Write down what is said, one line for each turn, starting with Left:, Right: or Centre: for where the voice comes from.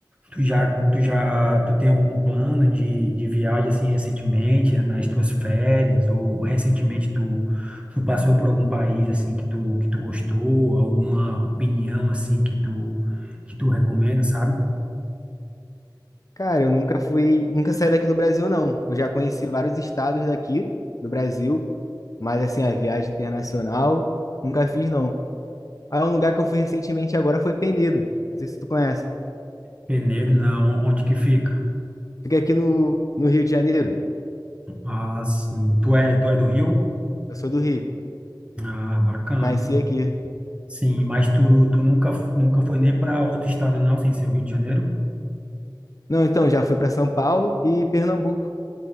Right: Tu já, tu já, tu tem algum plano de, de viagem assim recentemente, nas tuas férias, ou recentemente tu, tu passou por algum país assim que tu, que tu gostou, alguma opinião assim que tu, que tu recomenda, sabe?
Left: Cara, eu nunca fui, nunca saí daqui do Brasil, não. Eu já conheci vários estados daqui do Brasil, mas assim, a viagem internacional, nunca fiz, não. Ah, um lugar que eu fui recentemente agora foi Penedo. Não sei se tu conhece.
Right: Peneiro, não, onde que fica?
Left: Fiquei aqui no, no Rio de Janeiro.
Right: Ah, sim, tu é, tu é do Rio?
Left: Eu sou do Rio.
Right: Ah, bacana.
Left: Nasci aqui.
Right: Sim, mas tu, tu nunca, nunca foi nem para outro estado não, sem ser o Rio de Janeiro?
Left: Não, então, já fui para São Paulo e Pernambuco.